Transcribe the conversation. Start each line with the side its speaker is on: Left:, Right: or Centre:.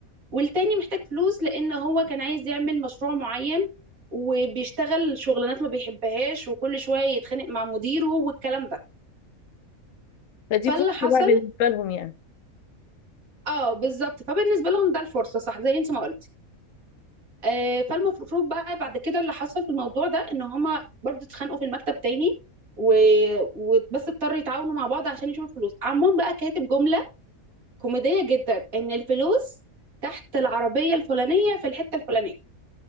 Right: والتاني محتاج فلوس لان هو كان عايز يعمل مشروع معين وبيشتغل شغلانات ما بيحبهاش وكل شوية يتخانق مع مديره والكلام ده
Left: فدي
Right: فاللي
Left: فرصه
Right: حصل
Left: بقى بالنسبه لهم يعني
Right: اه بالظبط فبالنسبة لهم ده الفرصة صح زي انت ما قلت آه، فالمفروض بقى بعد كده اللي حصل في الموضوع ده ان هما برضو اتخانقوا في المكتب تاني و... وبس اضطروا يتعاونوا مع بعض عشان يشوفوا الفلوس عمهم بقى كاتب جملة كوميدية جدا ان الفلوس تحت العربية الفلانية في الحتة الفلانية